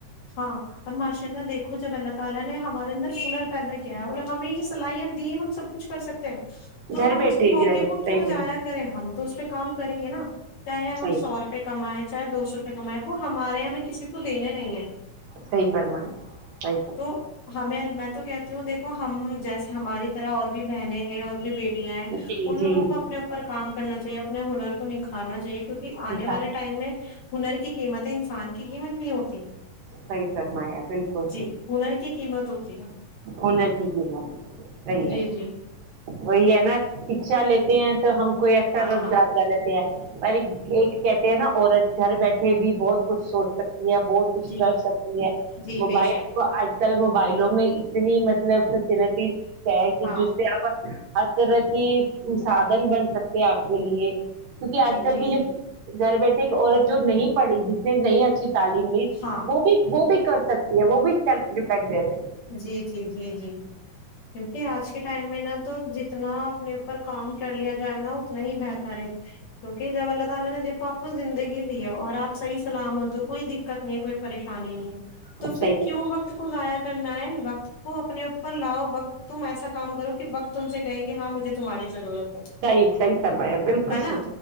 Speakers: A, on the left; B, on the right.
A: ہاں اور ماشاء اللہ دیکھو جب اللہ تعالی نے ہمارے اندر سنر پیدا کیا ہے اور ہمیں یہ س صلاحیت دی ہم سب کچھ کر سکتے تو
B: گھر
A: ہم
B: بیٹھے
A: اس
B: ایک
A: موقع
B: رہنے
A: کو
B: صحیح
A: کیوں جایا
B: میں
A: کریں ہم تو اس پہ کام کریں گے نا چاہے ہم
B: صحیح
A: سو روپے کمائے چاہے دو سو روپئے کمائے وہ ہمارے یہاںیں کسی کو دینے نہیں ہیں
B: صحی فرمائ صحی فم
A: تو ہمیں میں تو کہتی ہوں دیکھو ہم جیسے ہماری طرح اور بھی بہنیں ہیں اور بھی بیٹاں
B: جی
A: ان
B: جی
A: لوگوں
B: جی
A: کو اپنے اوپر کام کرنا چاہیے اپنے ہنر کو نکھارنا چاہیے کیونکہ آنے
B: جی،
A: والے ٹائم میں ہنر کی قیمتیں انسان کی قیمت نہیں ہوتی
B: صحیح فرمایا بالکل
A: جی ہنر کی قیمت ہوتی ہے
B: ہنر کی قیمت صحیح
A: جی
B: ہے
A: جی
B: وہی ہے نا شکشا لی تی ہیں تو ہم کوئی اچھا
A: ہاں
B: روزگار
A: ہاں
B: کر لیتے ہے پر ایک کہتے ہیں نا عورت گھر بیٹھے بھی بہت کچھ سوچ سکتی ہے کچھ
A: جی
B: کر سکتی ہے
A: جی
B: موبائل
A: بے شک
B: کو آج کل موبائلوں میں اتنی مطلب فیسلٹیز پیر کی
A: ہاں
B: جس سے آپ ہر طرح کی سادھن بن سکتے آپ کے لیے کیونکہ آج
A: جی
B: کل
A: جی
B: کی جو
A: جی
B: گھر بیٹھے ایک عورت جو نہیں پڑھی جس نے نہیںئی اچھی تعلیم
A: ہاں
B: وہ بھی وہ بھی کر سکتی ہے وہ بھی سیلف ڈیپینڈنٹ
A: جی جی جی جی کیونکہ آج کے ٹائم میں نا تو جتنا اپنے اوپر کام کر لیا جائے نا اتنا ہی بہتر ہے کیونکہ جب اللہ تعالہ نے دیکھو آپ کو زندگی دی ہے اور آپ صحیح اسلام میں تو کوئی دقت نہیں ہے کوئی پریشانی نہیں تو پھر
B: صحیح
A: کیوں وقت کو ضائع کرنا ہے وقت کو اپنے اوپر لاؤ وقت تم ایسا کام کرو کہ وقت تم سے کہے کہ ہاں مجھے تمہاری ضرورت ہے
B: صحیح صحیح فرمایا بالکل
A: ہے نا
B: صحیح